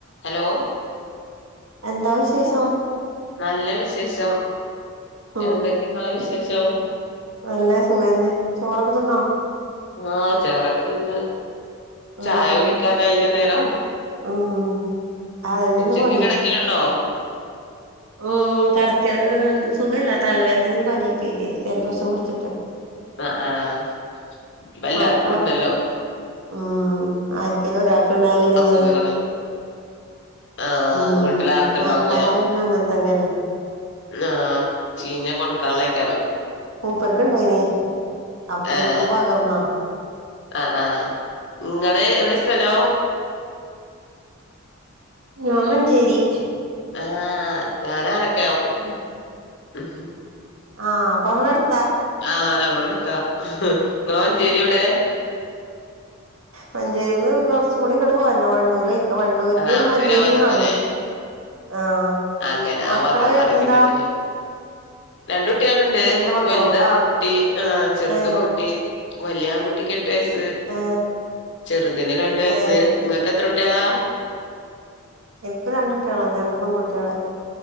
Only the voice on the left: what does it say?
Hello
നല്ല വിശേഷം
എന്തൊക്കെയുള്ള വിശേഷം
ആഹ് ചോറക്കത്തിന്ന്
ചായ കുടിക്കാനായില്ല നേരം
ഉച്ചക്ക്
കിട ക്കലുണ്ടോ
അ ആഹ് വല്ലാർക്കുണ്ടല്ലോ
അസുഖങ്ങള് ആഹ്
വീട്ടില് ആകത്തുണ്ടാവൂലേ
ആഹ് ചീഞ്ഞ കൊണക്കളക്ക
ആഹ്
ആഹ് ആഹ് നിങ്ങള് എവിടെ സ്ഥലോ?
ആഹ് ഞാനാരൊക്കെയാ
ഉം
ആഹ് രവിള എടുത്താ നിങ്ങ മഞ്ചേരി എവിടെ
ആഹ് വണ്ടൂര്
ആ ഭാഗത്ത്ക്കാല്ലേ
അങ്ങനെ
ആവട്ട് അറിയിച്ചിട്ട്
വരീൻ രണ്ട കുട്ടികളുണ്ട്
വലുത് ആങ്കുട്ടി ആ ചെറുതു
പെങ്കുട്ടി വല്യ ആൺകുട്ടിക്ക് എട്ട് വയസ്സ്
ചെറുതിന് രണ്ട് വയസ്സ്
നിങ്ങൾക്ക് എത്ര കുട്ടികളാ?